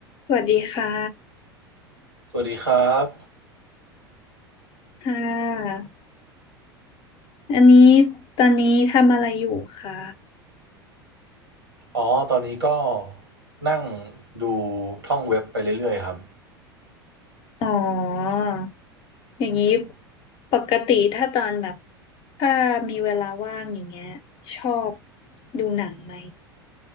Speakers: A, on the left; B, on the right.
A: สวัสดีค่ะ
B: สวัสดีครับ
A: ค่ะ อันนี้ตอนนี้ทำอะไรอยู่คะ
B: อ๋อตอนนี้ก็นั่งดูท่องเว็บไปเรื่อยๆครับ
A: อ๋อ อย่างนี้ปกติถ้าตอนแบบถ้ามีเวลาว่างอย่างเงี้ยชอบดูหนังไหม